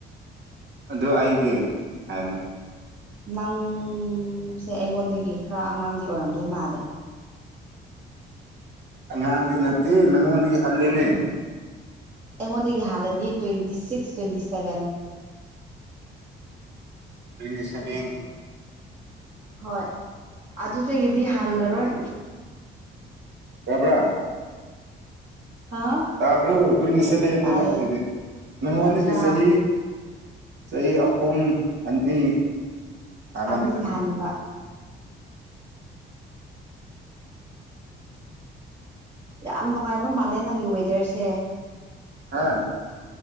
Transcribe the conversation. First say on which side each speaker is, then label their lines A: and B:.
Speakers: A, on the right; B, on the right.
A: ꯑꯗꯨ ꯑꯩꯗꯤ ꯍꯥꯏꯌꯨꯅꯦ
B: ꯅꯪꯁꯦ ꯑꯩꯉꯣꯟꯗꯒꯤ ꯈꯔ ꯑꯉꯥꯡꯗꯤ ꯑꯣꯏꯔꯝꯗꯣꯏ ꯃꯥꯜꯂꯦ
A: ꯑꯉꯥꯡꯗꯤ ꯅꯠꯇꯦ ꯅꯪꯉꯣꯟꯗꯒꯤ ꯍꯜꯂꯤꯅꯦ
B: ꯑꯩꯉꯣꯟꯗꯒꯤ ꯍꯥꯜꯂꯗꯤ twenty six twenty seven
A: twenty seven
B: ꯍꯣꯏ ꯑꯗꯨꯗꯒꯤꯗꯤ ꯍꯜꯂꯔꯣꯏ
A: ꯕ꯭ꯔꯥ
B: ꯍꯥ
A: ꯇꯥꯕ꯭ꯔꯣ ꯇ꯭ꯋꯦꯟꯇꯤ ꯁꯚꯦꯟꯅꯤꯕ
B: ꯇꯥꯏꯌꯦ
A: ꯑꯩꯗꯤ ꯃꯤꯉꯣꯟꯗꯒꯤ
B: ꯑꯠꯆꯥ
A: ꯆꯍꯤ ꯆꯍꯤ ꯑꯍꯨꯝ ꯑꯅꯤ ꯍꯥꯜꯂꯝꯃꯤꯗ
B: ꯑꯅꯤ ꯍꯟꯕ ꯌꯥꯝ ꯅꯨꯡꯉꯥꯏꯕ ꯃꯥꯜꯂꯦ ꯅꯪꯒꯤ ꯋꯦꯗꯔꯁꯦ
A: ꯍꯥꯥ